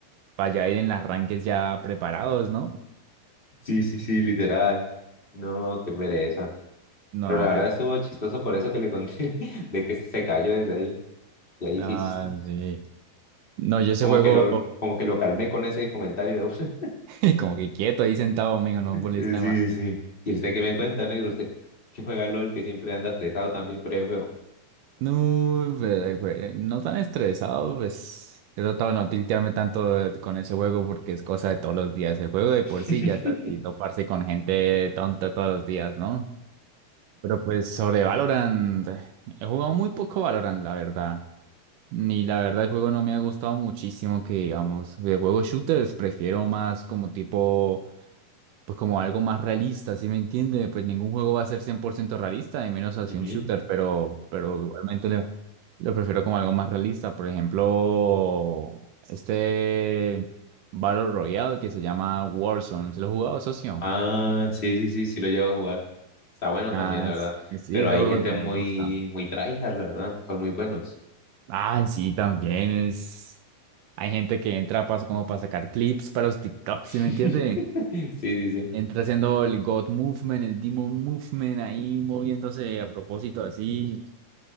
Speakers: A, on the right; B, on the left.
A: para ya ir en las ranques ya preparados, ¿no?
B: sí, sí, sí, literal. No, qué pereza. Pero
A: No,
B: la verdad
A: pues,
B: estuvo chistoso por eso que le conté, <laughs> de que se cayó desde ahí. Y ahí
A: nada,
B: sí, sí,
A: sí. No, yo ese
B: como
A: juego
B: que lo, como que lo calmé con ese comentario de una. <laughs>
A: <laughs> como que quieto ahí sentado, mijo, no me molesta
B: Sí,
A: más.
B: sí. ¿Y usted qué me cuenta, negro? Usted que juega LOL, que siempre anda estresado también por el juego.
A: No, pues, jue- no tan estresado, pues. He tratado de no tiltearme tanto de- con ese juego porque es cosa de todos los días. El juego de
B: <laughs>
A: por sí ya está así, toparse con gente tonta todos los días, ¿no? Pero pues sobre Valorant, he jugado muy poco Valorant, la verdad. Ni la verdad el juego no me ha gustado muchísimo que digamos, de juegos shooters prefiero más como tipo, pues como algo más realista, ¿sí me entiende? Pues ningún juego va a ser 100% realista, y menos
B: Ujú.
A: así un shooter, pero, pero igualmente le- lo prefiero como algo más realista. Por ejemplo, este Battle Royale que se llama Warzone, ¿se lo he jugado, socio?
B: Ah, sí, sí, sí, sí lo llevo a jugar. Está bueno
A: Nada,
B: también, la
A: es-
B: verdad.
A: sí,
B: Pero
A: ese
B: hay
A: juego
B: gente
A: también
B: muy,
A: me gusta.
B: muy tryhard, la verdad. Son muy buenos.
A: Ah, sí, también es... Hay gente que entra paso como para sacar clips para los TikToks, ¿sí me
B: <laughs>
A: entiende?
B: Sí, sí,
A: Entra haciendo el God Movement, el Demon Movement, ahí moviéndose a propósito así.